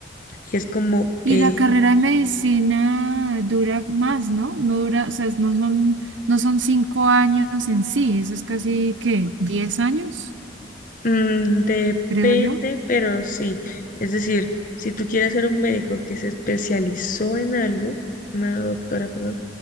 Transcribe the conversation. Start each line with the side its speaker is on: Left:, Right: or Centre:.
Left: Y es como,
Right: Y
Left: eh,
Right: la carrera de medicina dura más, ¿no? No dura, o sea, no son, no son cinco años en sí, eso es casi, ¿qué? ¿Diez años?
Left: Mm, depende,
Right: Creo yo.
Left: pero sí. Es decir, si tú quieres ser un médico que se especializó en algo, una doctora, perdón,